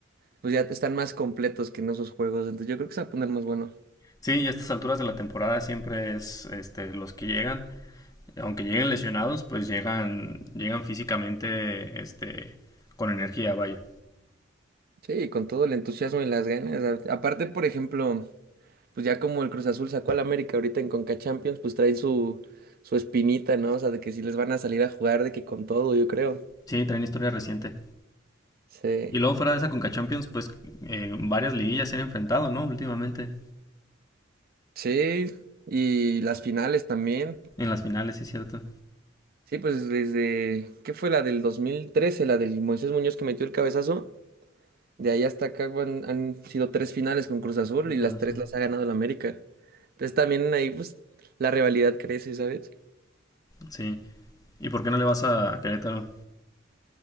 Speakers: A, on the right; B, on the left.
A: pues ya están más completos que en esos juegos, entonces yo creo que se va a poner más bueno.
B: Sí, y a estas alturas de la temporada siempre es este, los que llegan, aunque lleguen lesionados, pues llegan, llegan físicamente este, con energía, vaya.
A: Sí, con todo el entusiasmo y las ganas. a- Aparte, por ejemplo, pues ya como el Cruz Azul sacó al América ahorita en Conca Champions, pues traen su, su espinita, ¿no? O sea, de que si les van a salir a jugar, de que con todo, yo creo.
B: Sí, traen historia reciente.
A: Sí.
B: Y luego fuera de esa Conca Champions, pues eh, varias liguillas se han enfrentado, ¿no? Últimamente.
A: Sí, y las finales también.
B: En las finales, sí, cierto.
A: Sí, pues desde, ¿qué fue la del 2013, la del Moisés Muñoz que metió el cabezazo? De ahí hasta acá han, han sido tres finales con Cruz Azul
B: Y
A: y
B: Cruz
A: las
B: Azul.
A: tres las ha ganado el América. Entonces también ahí pues la rivalidad crece, ¿sabes?
B: Sí. ¿Y por qué no le vas a Querétaro?